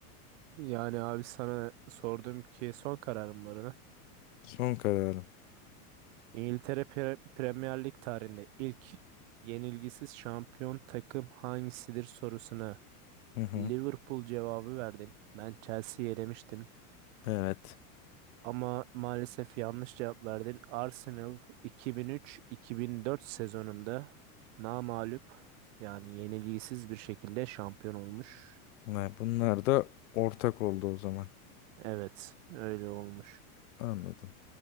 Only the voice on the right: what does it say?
Yani abi sana sordum ki son kararım var ona.
İngiltere Pre- Premier Lig tarihinde ilk yenilgisiz şampiyon takım hangisidir sorusuna
Liverpool cevabı verdin. Ben Chelsea'yi elemiştim.
Ama maalesef yanlış cevap verdin. Arsenal 2003-2004 sezonunda namağlup yani yenilgisiz bir şekilde şampiyon olmuş.
Evet, öyle olmuş.